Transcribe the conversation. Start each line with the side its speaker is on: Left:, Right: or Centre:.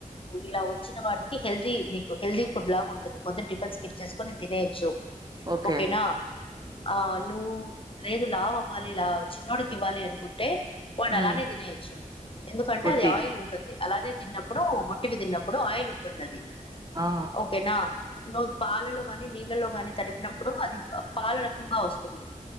Left: ఇలా వచ్చిన వాటికి హెల్దీ నీకు హెల్దీ ఫుడ్ లాగా ఉంటుంది పొద్దున టిఫిన్స్ స్కిప్ చేసుకుని ఇది తినేయచ్చు
Right: ఓకే
Left: ఓకేనా ఆ నువ్వు లేదు లావు వ్వాలి లా చిన్నోడుకి ఇవ్వాలి అనుకుంటే పోనీ
Right: ఉమ్
Left: అలానే తినేయచ్చు ఎందుకంటే
Right: ఒట్టి
Left: అది ఆయిల్ ఉంటుంది అలానే తిన్నప్పుడు, ఓట్టివి తిన్నప్పుడు ఆయిల్ ఉంటుంది అది
Right: ఆ
Left: ఓకేనా. నువ్వు పాలలో గాని నీళ్ళలో గాని తడిపినప్పుడు, అది పాల రకంగా వస్తుంది.